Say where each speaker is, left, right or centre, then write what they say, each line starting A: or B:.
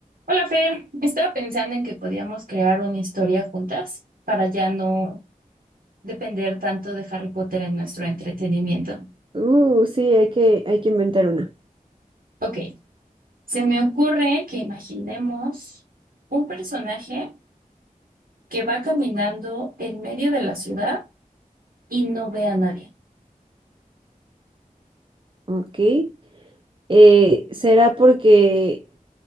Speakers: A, on the right; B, on the right.
A: Hola Fer, estaba pensando en que podíamos crear una historia juntas para ya no depender tanto de Harry Potter en nuestro entretenimiento.
B: Uh, sí, hay que, hay que inventar una.
A: Ok, se me ocurre que imaginemos un personaje que va caminando en medio de la ciudad y no ve a nadie.
B: Ok. Eh, ¿será porque